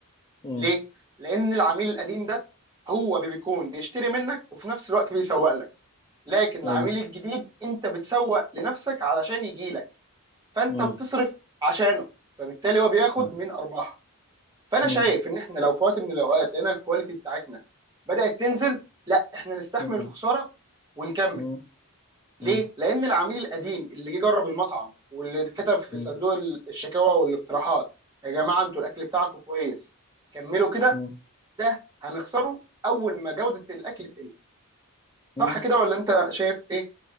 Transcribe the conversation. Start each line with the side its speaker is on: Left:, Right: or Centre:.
Left: مم،
Right: ليه لان العميل القديم ده هو بيكون بيشتري منك وفي نفس الوقت بيسوق لك لكن العميل
Left: ايوه
Right: الجديد انت بتسوق لنفسك علشان يجي لك فانت
Left: مم،
Right: بتصرف عشانه فبالتالي هو بياخد
Left: مم،
Right: من ارباحك فانا
Left: مم،
Right: شايف ان احنا لو في وقت من الاوقات لقينا الكواليتي بتاعتنا بدات تنزل لا احنا نستحمل
Left: مم،
Right: الخساره ونكمل
Left: مم،
Right: ليه؟
Left: مم،
Right: لأن العميل القديم اللي جه جرب المطعم واللي كتب في
Left: مم،
Right: صندوق الشكاوى والاقتراحات يا جماعة انتوا الأكل بتاعكم كويس كملوا كده
Left: مم،
Right: ده هنخسره أول ما جودة الأكل تقل صح
Left: مم،
Right: كده ولا أنت شايف إيه؟